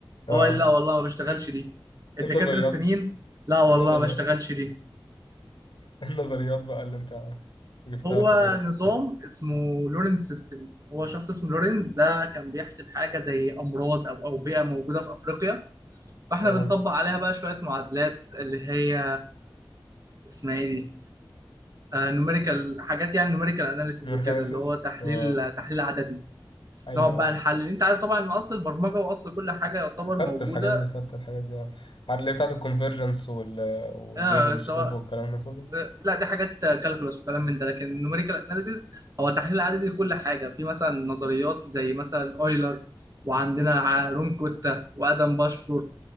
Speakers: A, on the left; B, on the right.
A: اه
B: هو قال لي لا والله ما بشتغلش دي الدكاتره
A: ايه النظريات
B: التانيين
A: ايه
B: لا والله
A: النظريات
B: ما بشتغلش دي
A: ايه النظريات بقى اللي انت جبتها
B: هو
A: في الرياضه
B: نظام اسمه لورنز سيستم هو شخص اسمه لورنز ده كان بيحسب حاجة زي أمراض أو أوبئة موجودة في أفريقيا فإحنا
A: اه
B: بنطبق عليها بقى شوية معادلات اللي هي اسمها إيه دي؟ نوميريكال حاجات يعني نوميريكال أناليسيز
A: من
B: وكده
A: خامسز
B: اللي هو تحليل
A: اه
B: تحليل عددي
A: ايوه
B: نقعد بقى
A: ايوه
B: نحلل أنت عارف طبعا إن أصل البرمجة وأصل كل حاجة يعتبر
A: خدت
B: موجودة
A: الحاجات دي خدت الحاجات دي آه. عارف اللي هي بتاعت الكونفرجنس وال... والميل
B: آه
A: والسلوب
B: سواء
A: والكلام ده كله
B: لا دي حاجات كالكولس وكلام من ده لكن النوميريكال اناليسيز هو تحليل عددي لكل حاجه في مثلا نظريات زي مثلا اويلر وعندنا ع- رون كوتا وادم باشفورت